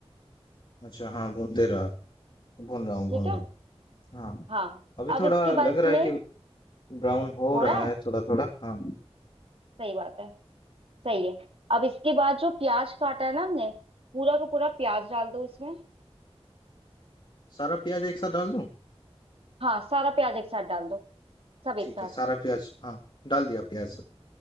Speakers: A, on the left; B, on the right.
A: अच्छा हाँ भूनते रहा भून रहा हूँ
B: ठीक
A: भून
B: है
A: रहा हूँ हाँ
B: हाँ
A: अभी
B: अब
A: थोड़ा
B: इसके बाद
A: लग
B: इसमें
A: रहा है कि ब्राउन हो
B: हो
A: रहा
B: रहा है
A: है थोड़ा थोड़ा हाँ
B: सही बात है सही है अब इसके बाद जो प्याज काटा है ना हमने पूरा का पूरा प्याज डाल दो इसमें
A: सारा प्याज एक साथ डाल दूँ
B: हाँ सारा प्याज एक साथ डाल दो सब एक
A: ठीक
B: साथ
A: है सारा प्याज हाँ डाल दिया प्याज सब।